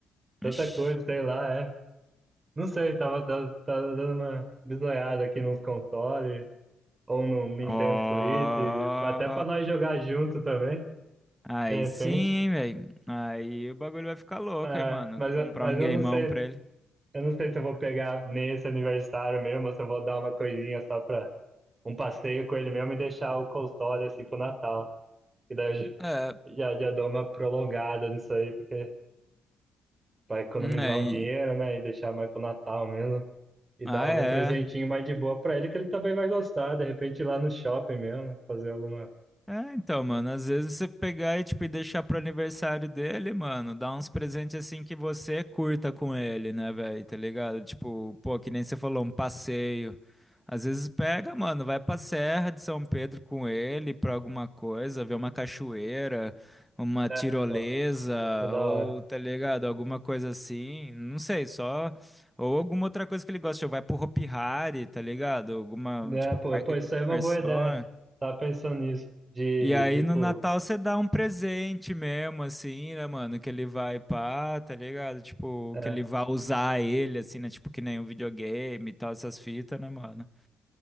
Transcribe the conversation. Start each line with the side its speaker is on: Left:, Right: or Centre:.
Right: tanta
Centre: Ixi.
Right: coisa, sei lá, é. Não sei, tava, dando- tava dando uma bisoiada aqui nos consoles, ou no Nintendo
Centre: Ó.
Right: Switch, até pra nós jogar junto também,
Centre: Aí
Right: de repente.
Centre: sim, hein, velho. Aí o bagulho vai ficar louco,
Right: É,
Centre: hein, mano.
Right: mas, eu-
Centre: Comprar
Right: mas
Centre: um
Right: eu
Centre: gameão
Right: não sei,
Centre: pra ele.
Right: eu não sei se eu vou pegar nesse aniversário mesmo, ou se eu vou dar uma coisinha só pra um passeio com ele mesmo e deixar o console assim pro Natal. E daí eu já,
Centre: É,
Right: já, já dou uma prolongada nisso aí, porque pra economizar
Centre: né? Aí.
Right: um dinheiro, né? E deixar mais pro Natal mesmo. E
Centre: Ah,
Right: dar algum
Centre: é.
Right: presentinho mais de boa pra ele, que ele também vai gostar, de repente ir lá no shopping mesmo, fazer alguma.
Centre: É, então, mano, às vezes você pegar e, tipo, e deixar pro aniversário dele, mano, dar uns presentes assim que você curta com ele, né, velho, tá ligado? Tipo, pô, que nem você falou, um passeio. Às vezes pega, mano, vai pra Serra de São Pedro com ele pra alguma coisa, ver uma cachoeira, uma
Right: É.
Centre: tirolesa,
Right: Então, ia ser da
Centre: ou,
Right: hora.
Centre: tá ligado, alguma coisa assim, não sei, só... Ou alguma outra coisa que ele gosta, tipo, vai pro Hopi Hari, tá ligado? Alguma,
Right: É,
Centre: tipo,
Right: pô,
Centre: parque
Right: pô, isso
Centre: de diversões.
Right: aí é uma boa ideia. Tava pensando nisso, de,
Centre: E aí
Right: de, tipo.
Centre: no Natal você dá um presente mesmo, assim, né, mano? Que ele vai pá, tá ligado? Tipo,
Right: é,
Centre: que ele vai usar ele, assim, né? Tipo, que nem um videogame e tal, essas fitas, né, mano?